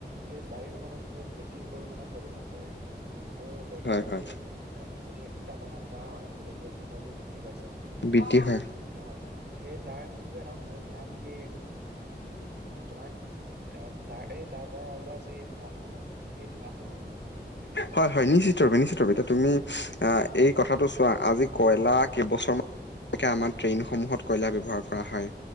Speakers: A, on the right (about 70°); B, on the left (about 80°).
A: সেই বায়ুৰ মানে বহুত বেছি পৰিমণে প্ৰদূষণ কৰে। আৰু বৰ্তমান
B: হয় হয়
A: যি এ অতিক তাপমাত্ৰা গোলকীয় উষ্ণতা যি বৃদ্ধি পাইছে
B: বৃদ্ধি
A: সেই
B: হয়
A: আ, সেই তাৰ কিন্তু এটা মূল কাৰণ সেই আ মানে তোমাৰ এ তাৰ এই তাৰ পৰা ওলোৱা যি ধোঁৱা সমূহ সেই ধোঁৱা সমূহো
B: হয়-হয় নিশ্চিতৰূপে -নিশ্চিতৰূপে নিশ্চিত ৰপে এতিয়া তুমি
A: আহ,
B: আহ এই কথাটো চোৱা আজি কয়লা কেইবছৰমান তেনেকাআমাৰ ট্ৰেইনসমূহত কয়লা ব্যৱহাৰ কৰা হয়।